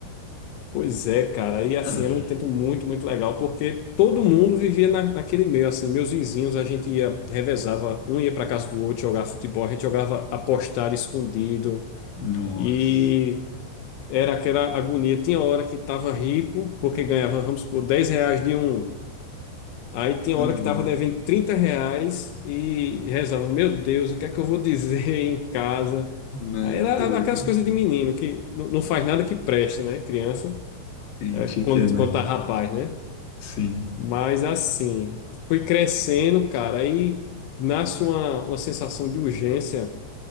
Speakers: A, on the left; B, on the left.
A: Pois é, cara. E assim,
B: Ah,
A: era um tempo muito, muito legal, porque todo mundo vivia na, naquele meio, assim, meus vizinhos, a gente ia, revezava, um ia para casa do outro jogar futebol, a gente jogava apostar escondido,
B: Nossa.
A: e era aquela agonia. Tinha hora que tava rico, porque ganhava, vamos supor, 10 reais de um. Aí tinha
B: Boa.
A: hora que tava devendo 30 reais e rezava, meu Deus, o que é que eu vou dizer <laughs> em casa?
B: Né?
A: Aí era
B: Que tá devendo.
A: aquelas coisas de menino, que não não faz nada que presta, né, criança?
B: Sim,
A: É
B: te
A: Quando,
B: entendo,
A: quando
B: né?
A: tá rapaz, né?
B: Sim.
A: Mas assim, fui crescendo, cara, aí nasce uma, uma sensação de urgência